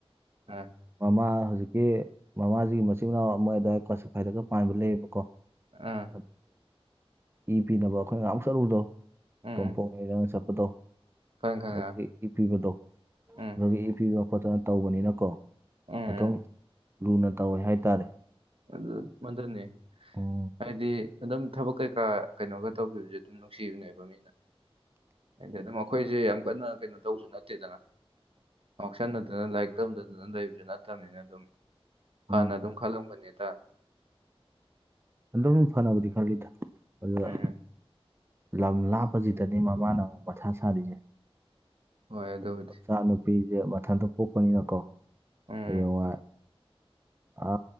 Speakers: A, on the right; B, on the right.
A: ꯑ
B: ꯃꯃꯥ ꯍꯧꯖꯤꯛꯀꯤ ꯃꯃꯥꯁꯤꯒꯤ ꯃꯆꯤꯟ ꯃꯅꯥꯎ ꯑꯃ ꯑꯋꯥꯏ ꯀ꯭ꯋꯥꯁꯤꯐꯥꯏꯗꯒ ꯄꯥꯟꯕ ꯂꯩꯌꯦꯕꯀꯣ
A: ꯑꯥ
B: ꯑ ꯏ ꯄꯤꯅꯕ ꯑꯩꯈꯣꯏ ꯉꯝ ꯆꯠꯂꯨꯕꯗꯣ
A: ꯎꯝ ꯎꯝ
B: ꯇꯣꯝꯄꯣꯛꯅꯔꯪ ꯆꯠꯄꯗꯣ
A: ꯈꯪꯉꯦ ꯈꯪꯉꯦ
B: ꯑꯗꯨ ꯏ ꯄꯤꯕꯗꯣ
A: ꯎꯝ
B: ꯑꯗꯨꯒ ꯏ ꯄꯕꯣ ꯈꯣꯠꯇꯅ ꯇꯧꯕꯅꯤꯅꯀꯣ
A: ꯎꯝ ꯎꯝ
B: ꯑꯗꯨꯝ ꯂꯨꯅ ꯇꯧꯋꯦ ꯍꯥꯏꯇꯥꯔꯦ
A: ꯑꯗꯨ ꯃꯗꯨꯅꯤ
B: ꯎꯝ
A: ꯍꯥꯏꯗꯤ ꯑꯗꯨꯝ ꯊꯕꯛ ꯀꯩꯀꯥ ꯀꯩꯅꯣꯒ ꯇꯧꯕꯤꯕꯖꯤ ꯑꯗꯨꯝ ꯅꯨꯡꯁꯤꯕꯅꯦꯕ ꯃꯤꯅ ꯍꯥꯏꯗꯤ ꯑꯗꯨꯝ ꯑꯩꯈꯣꯏꯁꯦ ꯌꯥꯝ ꯀꯟꯅ ꯀꯩꯅꯣ ꯇꯧꯁꯨ ꯅꯠꯇꯦꯗꯅ ꯇꯛꯁꯟꯅꯗꯅ ꯂꯥꯏꯔꯤꯛ ꯇꯧꯗꯗꯅ ꯂꯩꯕꯁꯨ ꯅꯠꯇꯕꯅꯤꯅ ꯑꯗꯨꯝ
B: ꯎꯝ
A: ꯍꯥꯟꯅ ꯑꯗꯨꯝ ꯈꯜꯂꯝꯒꯅꯤꯇꯥꯔꯦ
B: ꯑꯟꯇ ꯐꯅꯕꯗꯤ ꯈꯜꯂꯤꯗ ꯑꯗꯨꯗ
A: ꯎꯝ
B: ꯂꯝ ꯂꯥꯞꯄꯁꯤꯗꯅꯤ ꯃꯃꯥꯅ ꯑꯃꯨꯛ ꯃꯊꯥ ꯁꯥꯔꯤꯁꯦ
A: ꯍꯣꯏ ꯑꯗꯨꯕꯨꯗꯤ
B: ꯃꯆꯥ ꯅꯨꯨꯄꯤꯁꯦ ꯃꯊꯟꯇ ꯄꯣꯛꯄꯅꯤꯅꯀꯣ
A: ꯎꯝ
B: ꯍꯌꯦꯡꯉꯥꯏ ꯑ